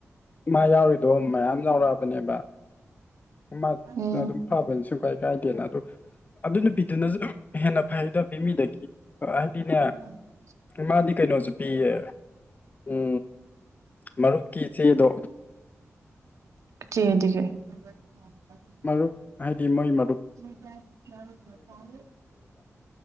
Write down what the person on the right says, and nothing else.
ꯎꯝ
<unintelligible>
ꯆꯗꯤ ꯀꯩ ꯍ
ꯊ ꯀꯌꯥ